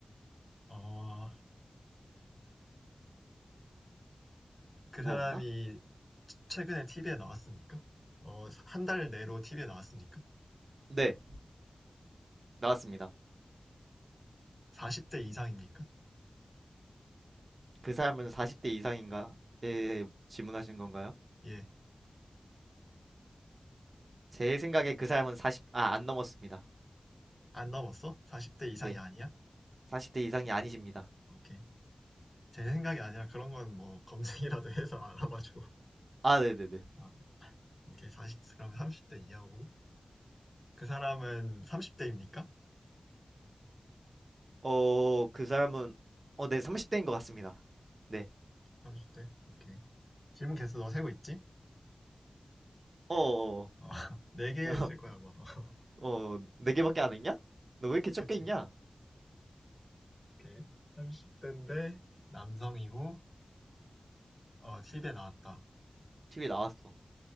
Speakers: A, on the left (about 25°); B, on the right (about 55°).
A: 어, 그
B: 뭐
A: 사람이
B: 없나?
A: 최근에 TV에 나왔습니까? 어, 한 달 내로 TV에 나왔습니까?
B: 네. 나왔습니다.
A: 40대 이상입니까?
B: 그 사람은 40대 이상인가? 네질문하시는 건가요?
A: 예.
B: 제 생각에 그 사람은 40, 아, 안 넘었습니다.
A: 안 넘었어? 40대 이상이
B: 네.
A: 아니야?
B: 40대 이상이 아니십니다.
A: 오케이. 제 생각이 아니라 그런 건 뭐 검색이라도 <laughs> 해서 알아봐줘.
B: 아, 네네네.
A: 아, 오케이. 40, 그럼 30대 이하고. 그 사람은 30대입니까?
B: 어, 그 사람은, 어, 네, 30대인 것 같습니다. 네.
A: 30대? 오케이. 질문 개수 너 세고 있지?
B: 어, 어, 어,
A: 어, <laughs> 4개
B: <laughs>
A: 했을 거야, 아마. <laughs>
B: 어, 네 개밖에 안 했냐? 너 왜 이렇게 적게
A: 그치?
B: 있냐?
A: 오케이. 30대인데 남성이고, 어, TV에 나왔다.
B: 티비 나왔어.